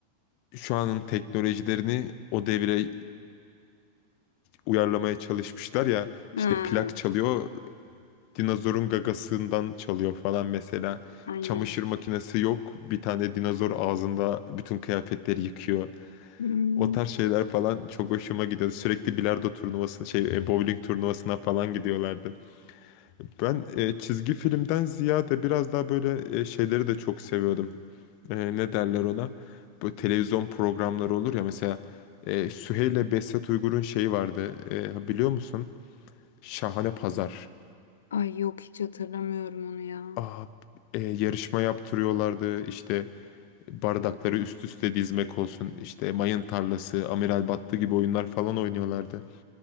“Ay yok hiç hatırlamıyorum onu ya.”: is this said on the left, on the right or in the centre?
Left